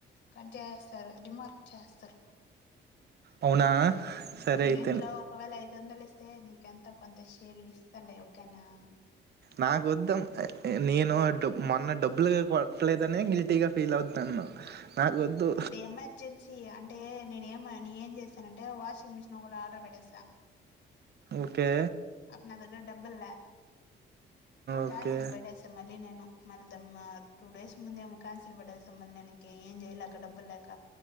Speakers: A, on the left; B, on the right.
A: కట్ చేస్తారు రిమార్క్ చేస్తారు
B: అవునా సరే అయితేనే
A: ఇందులో ఒకవేళ అయి దందలిస్తే నీకి ఎంతో కొంత షేర్ ఇస్తలె ఓకేనా
B: నాకు వొద్ద మ్ నేను మొన్న డబ్బులు కొట్టలేదు నే గిల్టీ గా ఫీల్ అవుతున్నాను నాకు వద్దు
A: అప్పుడు ఎమర్జెన్సీ అంటే నేను ఏమ ని ఏం చేసానంటే వాషింగ్ మిషన్ ఒకటి ఆర్డర్ పెట్టేసా
B: ఓకే
A: అప్ నా దగ్గర డబ్బుల్లా క్యాన్సిల్
B: ఓకే
A: బెడ్డేస మళ్ళీ నేను మళ్ళీ దమ్మ టూ డేస్ ముందే ఏమో క్యాన్సిల్ బె‌ట్టేస మళ్ళీ నెనిక ఏం జేయలేక డబ్బులు లేక